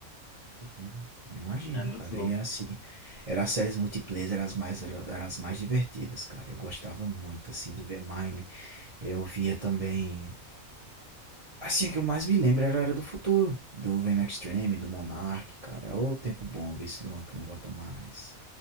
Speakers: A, on the right (about 45°); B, on the left (about 50°).
A: uhum. Imagino,
B: é muito
A: cara.
B: louco.
A: E é assim, era as séries multiplayer, eram as mais, era, era as mais divertidas, cara. Eu gostava muito, assim, de ver Mine. Eu via também. Assim, a que eu mais me lembro era a Era do Futuro, do Venom Extreme, do Monark, cara. Ô, tempo bom ver esse Luan que não volta mais.